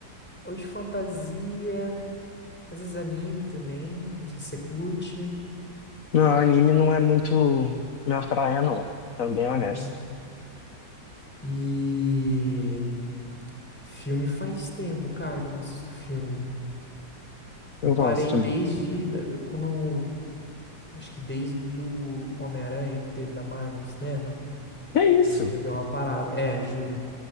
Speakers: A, in the centre; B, on the left.
A: ou de fantasia, às vezes anime também, não sei se você curte.
B: Não, anime não é muito minha praia, não. Sendo bem honesto.
A: Uhum. E filme faz tempo, cara, que eu não assisto filme. Eu
B: Eu
A: parei
B: gosto também.
A: desde da- da- quando, acho que desde do Homem-Aranha que teve da Marvel no cinema.
B: É isso.
A: Aí eu dei uma parada. É, juro,